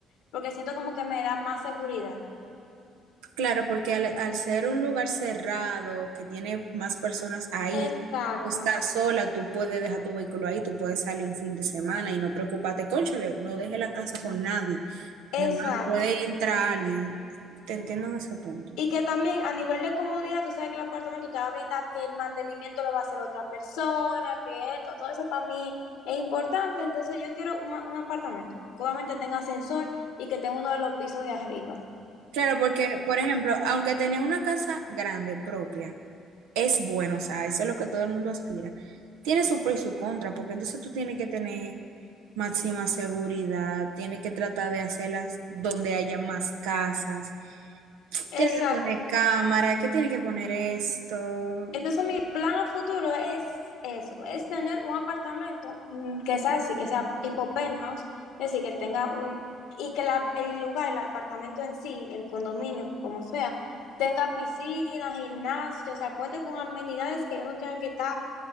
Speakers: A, on the left; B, on the right.
A: porque siento como que me da más seguridad.
B: Claro, porque al, al ser un lugar cerrado que tiene más personas ahí,
A: Exacto,
B: tú estás sola, tú puedes dejar tu vehículo ahí, tú puedes salir un fin de semana y no preocuparte, cónchale, no deje la casa con nadie,
A: exacto.
B: mi mamá, puede entrar alguien, te entiendo en ese punto.
A: Y que también a nivel de comodidad, tú sabes que el apartamento te va a brindar que el mantenimiento lo va a hacer otra persona, que esto, todo eso para mí es importante. Entonces yo quiero un, ma- un apartamento que obviamente tenga ascensor y que tenga uno de los pisos de arriba.
B: Claro, porque, por ejemplo, aunque tenía una casa grande propia, es bueno, o sea, eso es lo que todo el mundo aspira. Tiene su pro y su contra, porque entonces tú tienes que tener máxima seguridad, tienes que tratar de hacerlas donde haya más casas,
A: Exacto.
B: tienes que poner cámara, que tienes que poner esto.
A: Entonces, mi plan a futuro es eso, es tener un apartamento mm, que sea así, que sea tipo penthouse, es decir, que tenga un, y que la- el lugar, el apartamento en sí, el condominio, como sea, tenga piscina, gimnasio, o sea, cuente con amenidades que yo no tenga que estar